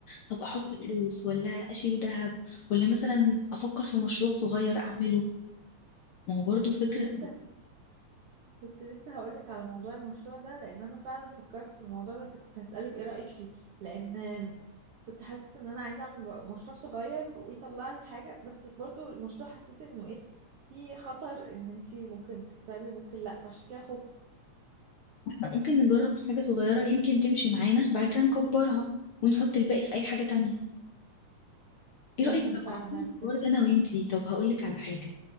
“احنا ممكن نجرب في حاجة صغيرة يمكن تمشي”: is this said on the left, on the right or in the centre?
Left